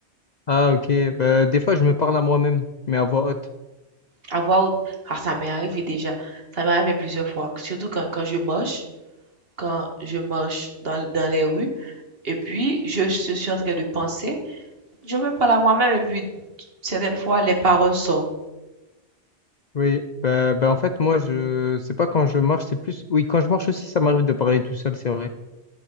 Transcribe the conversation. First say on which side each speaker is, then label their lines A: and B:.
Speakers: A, on the left; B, on the right.
A: Ah, ok. Bah, des fois, je me parle à moi-même, mais à voix haute.
B: Avoir, autre- ah, ça m'est arrivé déjà. Ça m'est arrivé plusieurs fois, surtout quand, quand je moche. quand je marche dans, dans les rues. Et puis, je, je suis en train de penser. Je me parle à moi-même et puis, certaines fois, les paroles sortent.
A: Oui. Bah, bah, en fait, moi, je... C'est pas quand je marche, c'est plus... Oui, quand je marche aussi, ça m'arrive de parler tout seul, c'est vrai.